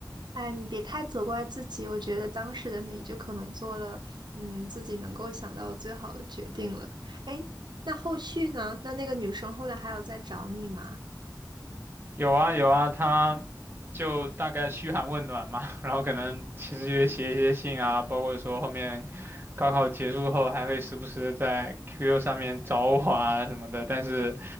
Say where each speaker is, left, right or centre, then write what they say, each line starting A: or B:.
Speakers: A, on the right; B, on the right.
A: 哎，你别太责怪自己，我觉得当时的你就可能做了，嗯，自己能够想到最好的决定了。哎，那后续呢？那那个女生后来还有再找你吗？
B: 有啊有啊，他就大概嘘寒问暖嘛，<laughs> 然后可能其实也写一些信啊，包括说后面高考结束后还会时不时的在 QQ 上面找我啊什么的，但是，